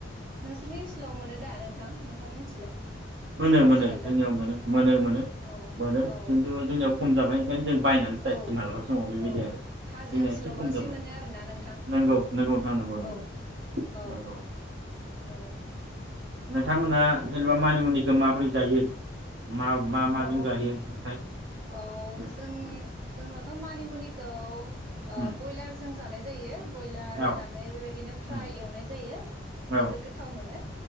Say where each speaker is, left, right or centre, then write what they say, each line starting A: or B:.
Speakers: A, on the right (about 45°); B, on the right (about 60°).
A: नोंसो नोंसिनि ओनसोलाव मोनो दा नोंथां? नोंथांनि ओनसोलाव
B: मोनो
A: माथिगालदाब
B: मोनो जोंनियाव मोनो मोनो
A: औ
B: मोनो।
A: औ
B: मोनो
A: औ
B: खिनथु जोंनियाव खम जाबाय। ओंखायनो जों बायनानैसो
A: औ
B: जायो मालाबा समाव बेबायदि
A: औ
B: आरो
A: हाजो
B: जोंनिया
A: ओनसोलाव
B: एसे खम
A: बांसिन
B: जाबाय
A: मोनो आरोना नोंथां
B: नंगौ नंगौ नोंथां नंगौ नंगौ
A: औ औ
B: नंगौ।
A: औ
B: नोंथांमोना जेनेबा मानिमुनिखौ माबोरै जायो? मा मा माजों
A: औ
B: जायो ओमफ्राय
A: औ
B: उम
A: जोंनो
B: उम
A: जोङो थ' मानिमुनिखौ ओ
B: उम
A: बयलार जों जानाय जायो। बयलार होनानै
B: औ
A: बेबायदिनो फ्राय
B: उम
A: एवनाय जायो
B: औ
A: जोबोर गोथाव मोनो